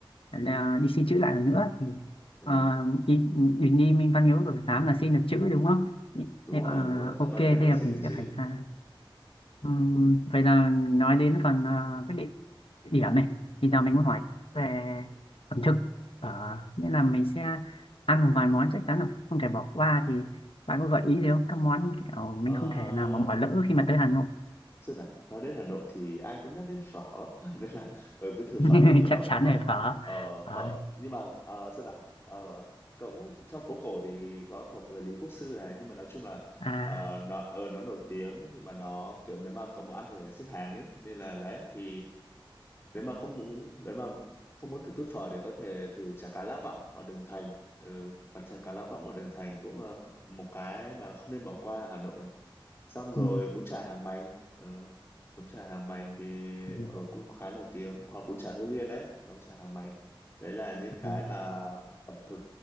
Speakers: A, on the left; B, on the left.
A: là đi xin chữ lại lần nữa thì
B: Ờ.
A: ờ, đi, mình đi Minh Văn Miếu của tám là xin được chữ đúng không
B: đúng
A: thế,
B: rồi
A: ờ,
B: đúng rồi gia
A: ok
B: văn
A: thế
B: miếu là
A: là
B: xin
A: mình
B: được
A: sẽ
B: chữ
A: phải sang Ừm, vậy là nói đến phần ờ, quyết định điểm này thì giờ mình muốn hỏi về ẩm thực ở nghĩa là mình sẽ ăn một vài món chắc chắn là không thể bỏ qua thì bạn có gợi ý gì không các món kiểu mình
B: ờ,
A: không thể nào mà bỏ lỡ khi mà tới Hà Nội
B: xem nào nói đến Hà Nội thì ai cũng nhắc đến phở <laughs> nên là ừ, cứ thử
A: <laughs>
B: phở đi ở
A: chắc chắn
B: phở
A: là phở
B: ờ,
A: phở
B: phở nhưng mà ờ, xem nào ờ, cũng trong phố cổ thì có phở mười Lý Quốc Sư này nhưng mà nói chung là
A: à
B: ờ, nó ờ, nó nổi tiếng nhưng mà nó kiểu nếu mà cậu muốn ăn thì phải xếp hàng ấy nên là đấy thì nếu mà không muốn nếu mà không muốn thưởng thức phở thì có thể thử chả cá lá vọng ở đường Thành ừ, quán chả cá lá vọng ở đường Thành cũng là một cái mà không nên bỏ qua ở Hà Nội xong rồi
A: ừ,
B: bún chả Hàng Mành ờ, bún chả Hàng Mành thì
A: ừ,
B: ờ, cũng khá nổi tiếng hoặc bún chả Hương Liên đấy bún chả Hàng Mành đấy là những cái
A: ừ,
B: mà ẩm thực